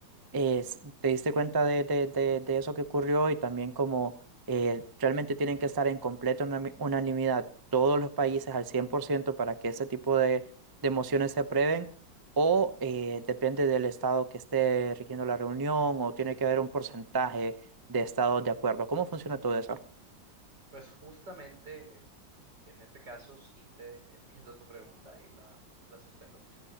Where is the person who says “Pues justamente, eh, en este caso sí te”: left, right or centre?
Right